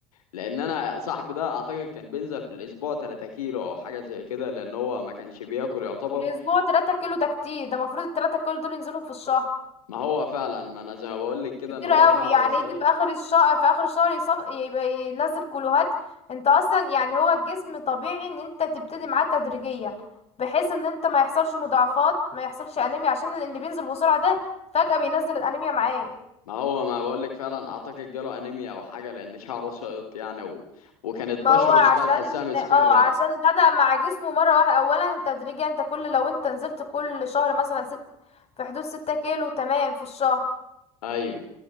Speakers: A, on the left (about 85°); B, on the left (about 35°).
A: لان انا صاحبي ده اعتقد كان بينزل في الاسبوع 3 كيلو او حاجه زي كده لان هو ما كانش بياكل يعتبر
B: الأسبوع تلاتة كيلو ده كتير ده المفروض التلاتة كيلو دول ينزلهم في الشهر
A: ما هو فعلا ما انا زي ما بقول لك كده
B: كتير
A: ان هو
B: قوي
A: شعره
B: يعني
A: سقط
B: يجي في اخر الشهر في اخر الشهر يصف... يبقى ينزل كلوهات انت اصلا يعني هو الجسم طبيعي ان انت تبتدي معاه تدريجيا بحيث ان انت ما يحصلش مضاعفات ما يحصلش انيميا عشان اللي بينزل بسرعة ده فجأة بينزل الانيميا معاه
A: ما هو ما بقول لك فعلا اعتقد جاله انيميا او حاجه لان شعره سقط يعني و... وكانت
B: ما
A: بشرته
B: هو عشان
A: كانت تحسها مصفرة
B: اه عشان بدأ مع جسمه مرة واحدة اولا تدريجيا انت كل لو انت نزلت كل شهر مثلا ست في حدود ستة كيلو تمام في الشهر
A: ايوه